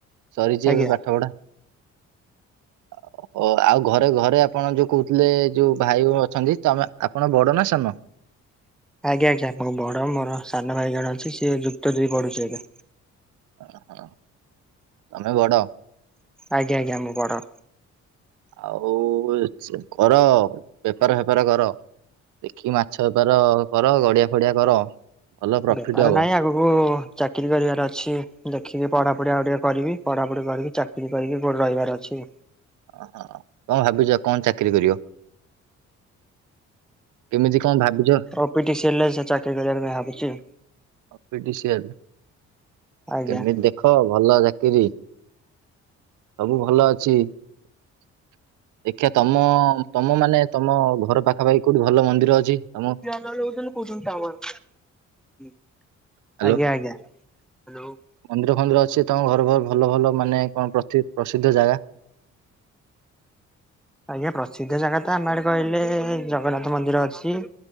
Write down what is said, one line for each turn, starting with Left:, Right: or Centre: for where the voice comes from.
Right: ସରିଛି
Centre: ଆଜ୍ଞା
Right: ଏବେ
Centre: ଆଜ୍ଞା
Right: ପାଠ ପଢା। ଆଉ ଓ ଆଉ ଘରେ ଘରେ ଆପଣ ଯୋଉ କହୁଥିଲେ ଯୋଉ ଭାଇ ଓ ଅଛନ୍ତି। ତମେ ଆପଣ ବଡ ନା ସାନ?
Centre: ଆଜ୍ଞା ଆଜ୍ଞା ଆପଣ ବଡ ମୋର ସାନ ଭାଇ ଜଣେ ଅଛି ସିଏ ଯୁକ୍ତ ଦୁଇ ପଢୁଛି ଏବେ
Right: ହ ହଁ ତମେ ବଡ
Centre: ଆଜ୍ଞା ଆଜ୍ଞା ମୁ୰ ବଡ
Right: ଆଉ କର ବେପାର ଫେପାର କର ଦେଖିକି ମାଛ ବେପାର କର ଗଡିଆ ଫଡିଆ କର ଭଲ ପ୍ରଫିଟ
Centre: ବେପାର
Right: ହବ।
Centre: ନାଇଁ ଆଗକୁ ଚାକିରୀ କରିବାର ଅଛି ଦେଖିକି ପଢାପଢି ଆଉ ଟିକେ କରିବି ପଢ଼ାପଢି କରିକି ଚାକିରି କରିକି କୋଉଠି ରହିବାର ଅଛି।
Right: ଓହୋ କଣ ଭାବିଛ କଣ ଚାକିରି କରିବ କେମିତି କଣ ଭାବିଛ
Centre: ଓପିଟିସିଏଲ୍ ରେ ଚାକିରୀ କରିବା ପାଇଁ ଭାବିଛି
Right: ଓପିଟିସିଏଲ୍
Centre: ଆଜ୍ଞା।
Right: କେମିତି ଦେଖ ଦେଖ ଭଲ ଚାକିରି ସବୁ ଭଲ ଅଛି <inaudible> ଦେଖିବା ତମ ତମ ମାନେ ତମ ଘର ପାଖା ପାଖି କୋଉଠି ଭଲ ମନ୍ଦିର ଅଛି ତମ
Centre: ଆଜ୍ଞା ଆଞା
Right: ହ୍ୟାଲୋ ମନ୍ଦିର ଫନ୍ଦିର ଅଛି ତମ ଘର ଘର ଭଲ ଭଲ ମାନେ କଣ ପ୍ରସିଦ୍ଧ ଜାଗା
Centre: ଆଜ୍ଞା ପ୍ରସିଦ୍ଧ ଜାଗା ତ ଆମ ଆଡେ କହିଲେ ଜଗନ୍ନାଥ ମନ୍ଦିର ଅଛି